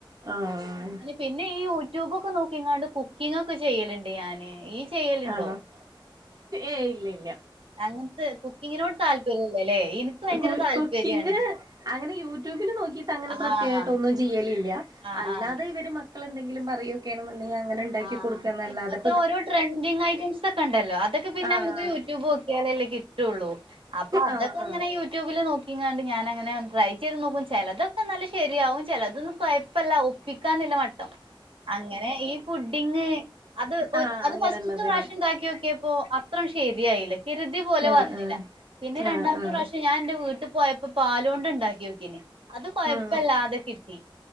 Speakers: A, on the right; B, on the right.
A: ആഹ്
B: പിന്നെ ഈ യൂട്യൂബൊക്കെ നോക്കിങ്ങാണ്ട് കുക്കിംഗക്കെ ചെയ്യലുണ്ട് ഞാാന് ഈ ചെയ്യലുണ്ടോ
A: ആണോ ഏയ് ഇല്ല ഇല്ല
B: അങ്ങൻത്തെ കുക്കിങ്ങിനോട് താല്പര്യല്ലല്ലേ ഇൻക്ക് വയങ്കര
A: കു
B: താല്പര്യണ്
A: കുക്കിങ് അങ്ങനെ യൂട്യൂബില് നോക്കിട്ട് അങ്ങനെ
B: ആഹ്
A: പ്രത്യേകായ്ട്ടൊന്നും ചെയ്യലില്ല
B: ആഹ്
A: അല്ലാതെ
B: ആഹ്
A: ഇവര് മ മക്കൾ എന്തെങ്കിലും പറയോക്കേണ്ന്ന്ണ്ടെങ്കി അങ്ങനെ ണ്ടാക്കി
B: ആഹ്
A: കൊടുക്കന്നല്ലാതെ
B: ഇപ്പത്തെ ഓരോ ട്രെൻഡിങ് ഐറ്റംസ് ഒക്കെണ്ടല്ലോ അതൊക്കെ പിന്നെ
A: ആഹ്
B: മുക്ക് യൂട്യൂബ് ക്യാലെല്ലേ കിട്ടുള്ളൂ അപ്പോ അതൊക്കെങ്ങനെ
A: ആഹ് ആഹ്
B: യൂട്യൂബില് നോക്കിങ്ങാണ്ട് ഞാ നങ്ങനെ ട്രൈ ചെയ്ത് നോക്കും ചിലതൊക്കെ നല്ല ശരിയാവും ചിലതൊന്നും കുഴപ്പമല്ല ഒപ്പിക്കാന്നില്ല മട്ടം അങ്ങനെ ഈ ഫുഡിങ് അത്
A: ആഹ്
B: അത്
A: അങ്ങനെള്ളത്
B: ഫസ്റ്റ്ത്തെ പ്രാവഷ്യം
A: ല്ലേ
B: ണ്ടാക്യോക്യപ്പോ അത്രൺ ശരിയായില്ല കരുതി പോലെ
A: ആഹ്
B: വന്നില്ല
A: ആഹ്
B: പിന്നെ രണ്ടമത്തെ
A: ആഹ് ആഹ്
B: പ്രാവശ്യ ഞാന്റെ വീട്ട പോയ ഇപ്പൊ പാലൊണ്ട് ണ്ടാക്ക്യോക്കിഞ്ഞി അത് കൊഴപ്പല്ലാതെ
A: ഉം
B: കിട്ടി